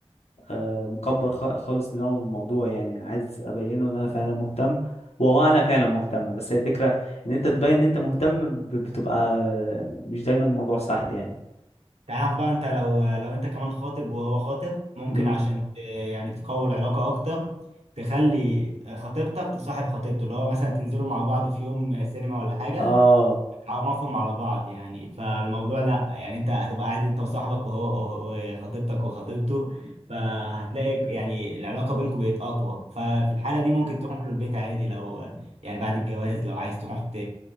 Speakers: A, on the left; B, on the right.
A: آه، مكبر خ- خالص دماغه من الموضوع يعني عايز ابينه ان انا فعلا مهتم وهو انا فعلا مهتم بس هي الفكره ان انت تبين ان انت مهتم ب- بتبقى مش دايما الموضوع سهل يعني
B: تعرف بقى انت لو لو انت كمان خاطب وهو خاطب ممكن
A: امم
B: عشان ت- يعني تقوي العلاقة اكتر تخلي خطيبتك تصاحب خطيبته اللي هو مثلا تنزلوا مع بعض في يوم سينما ولا حاجة
A: اه
B: عرفهم على بعض يعني فالموضوع لا يعني انت هتبقى قاعد انت وصاحبك وهو وخطيبتك وخطيبته فهتلاقي يعني العلاقة بينكم بقت اقوى ففي الحالة دي ممكن تروح له البيت عادي لو يعني بعد الجواز لو عايز تروح ت...